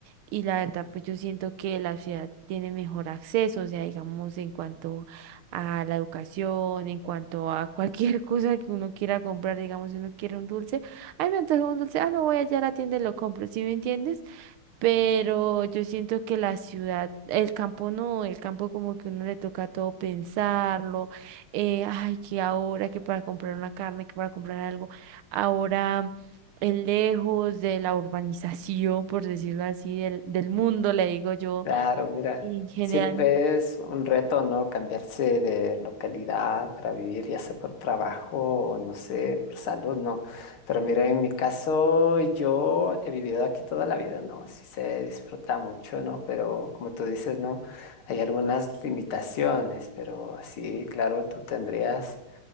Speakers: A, on the right; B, on the left.
A: y la verdad, pues yo siento que la ciudad tiene mejor acceso, o sea, digamos, en cuanto a la educación, en cuanto a cualquier <laughs> cosa que uno quiera comprar, digamos, si uno quiere un dulce, ay, me antojo un dulce, ah, no voy allá a la tienda y lo compro, ¿sí me entiendes? pero yo siento que la ciudad, el campo no, el campo como que uno le toca todo pensarlo, eh, ay, que ahora, que para comprar una carne, que para comprar algo, ahora es lejos de la urbanización, por decirlo así, del, del mundo, le digo yo,
B: Claro, mira,
A: en general,
B: siempre es un reto, ¿no? Cambiarse de localidad para vivir, ya sea por trabajo o no sé, por salud, ¿no? Pero mira, en mi caso, yo he vivido aquí toda la vida, ¿no? Sí se disfruta mucho, ¿no? Pero como tú dices, ¿no? Hay algunas limitaciones, pero sí, claro, tú tendrías.